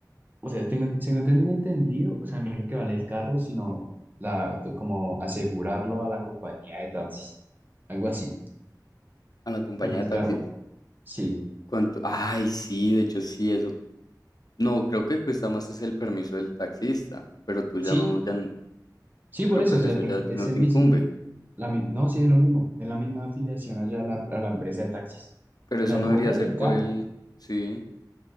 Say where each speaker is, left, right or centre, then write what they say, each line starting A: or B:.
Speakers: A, on the right; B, on the left.
A: O sea, tengo, según tengo entendido, o sea, no es lo que vale el carro, sino la, como asegurarlo a la compañía de taxis. Algo así.
B: ¿A la compañía
A: O sea, que
B: de
A: el
B: taxis?
A: carro, sí.
B: ¿Cuánto? Ay, sí, de hecho sí, eso No, creo que cuesta más es el permiso del taxista, pero tú ya
A: Sí,
B: no, ya, n-
A: sí,
B: pero
A: por eso,
B: pues
A: o sea,
B: eso
A: perfe-
B: ya a ti
A: es
B: no
A: el
B: te
A: mismo.
B: incumbe.
A: La, mi- no, sí, es lo mismo. Es la misma afiliación allá a la, a la empresa de taxis.
B: Pero
A: O
B: eso
A: sea,
B: no
A: tú
B: debería
A: compras
B: ser
A: el
B: por
A: carro.
B: el, sí,